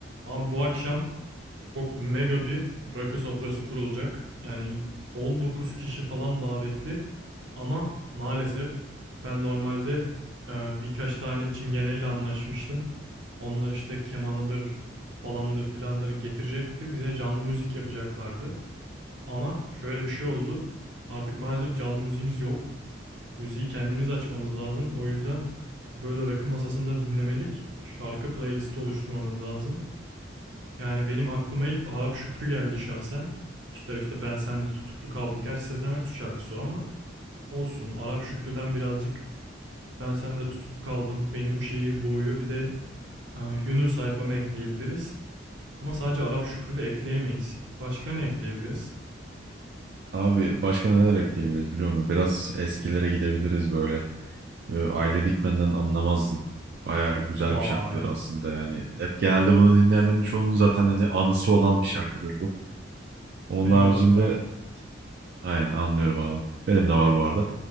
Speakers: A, on the right; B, on the right.
A: Abi bu akşam çok mega bir rakı sofrası kurulacak. Yani 19 kişi falan davetli. Ama maalesef ben normalde e, birkaç tane çingeneyle anlaşmıştım. Onlar işte kemanıdır falandır filandır getirecekti. Bize canlı müzik yapacaklardı. Ama şöyle bir şey oldu. Artık maalesef canlı müziğimiz yok. Müziği kendimiz açmamız lazım. O yüzden böyle rakı masasında dinlemelik şarkı playlisti oluşturmamız lazım. Yani benim aklıma ilk Arap Şükrü geldi şahsen. İşte işte ben sende tutuklu kaldım. Gerçi Sezen Aksu şarkısı o ama olsun. Arap Şükrü'den birazcık ben sende tutuklu kaldım. Beni bu şehir boğuyor. Bir de e, gönül sayfamı ekleyebiliriz. Ama sadece Arap Şükrü de ekleyemeyiz. Başka ne ekleyebiliriz?
B: Abi başka neler ekleyebiliriz biliyor musun? Biraz eskilere gidebiliriz böyle. Ee, Aile Dikmen'den anlamazdın. Baya güzel
A: Vay.
B: bir şarkıdır aslında yani. Hep genelde bunu dinleyenlerin çoğunun zaten hani anısı olan bir şarkıdır bu. Onun
A: Benim
B: haricinde
A: de var bu arada.
B: aynen anlıyorum abi. Benim de var bu arada.